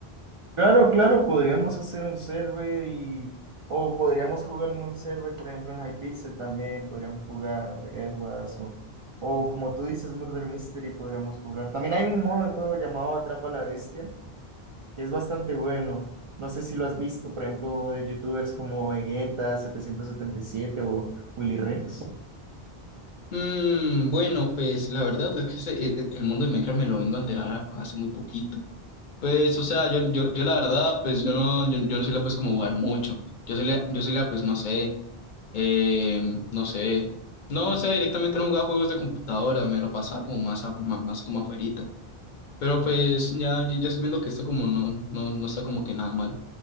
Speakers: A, on the right; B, on the left.
A: Claro, claro, podríamos hacer un server y... O podríamos jugar en un server, por ejemplo, en Hypixel también, podríamos jugar Edwards o, o como tú dices, Murder Mystery, podríamos jugar. También hay un modo de juego llamado Atrapa a la Bestia, que es bastante bueno. No sé si lo has visto, por ejemplo, de youtubers como Vegeta, setecientos setenta y siete o Willy Rex.
B: Mm, bueno, pues la verdad es que ese- e- e- el mundo de Minecraft me lo vengo a enterar hace muy poquito. Pues, o sea, yo, yo, yo la verdad, pues yo no, yo, yo no suelo pues como jugar mucho. Yo solía, yo solía pues no sé, eh, no sé. No, o sea, directamente no jugaba juegos de computadora, me lo pasaba como más, a- ma- más, como afuerita. Pero pues ya, yo, yo estoy viendo que esto como no, no, no está como que nada mal.